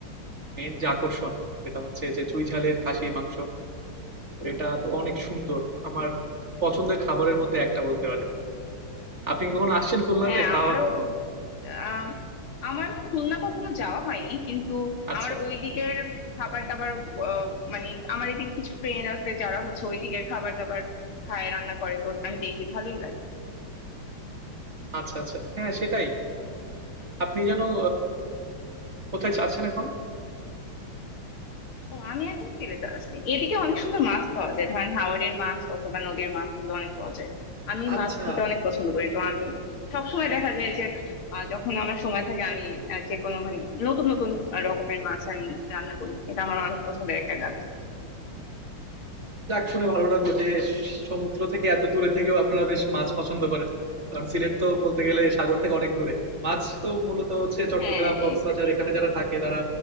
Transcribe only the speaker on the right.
মেন যে আকর্ষণ সেটা হচ্ছে যে চুই ঝালের খাসির মাংস তো এটা তো অনেক সুন্দর আমার পছন্দের খাবারের মধ্যে একটা বলতে পারে আপনি কি কখনো আসছেন খুলনাতে
খাওয়া
আচ্ছা,
আচ্ছা, আচ্ছা। হ্যাঁ, সেটাই। আপনি যেন আ কোথায় যাচ্ছেন এখন?
আচ্ছা।
যাক শুনে ভালো লাগলো যে সমুদ্র থেকে এত দূরে থেকেও আপনারা বেশ মাছ পছন্দ করেন। কারণ সিলেট তো বলতে গেলে সাগর থেকে অনেক দূরে। মাছ তো মূলত হচ্ছে চট্টগ্রাম,
কক্সবাজার
এখানে যারা থাকে তারা